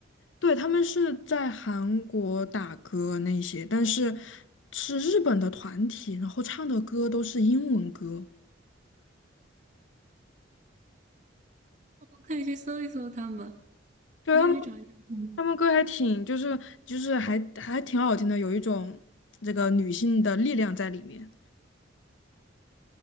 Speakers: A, on the left; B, on the right.
A: 对，他们是在韩国打歌那些，但是是日本的团体，然后唱的歌都是英文歌。
B: 我可以去搜一搜他们，
A: 就他们。
B: 我可以去找一找他们。
A: 他们歌还挺，就是就是还还挺好听的，有一种这个女性的力量在里面。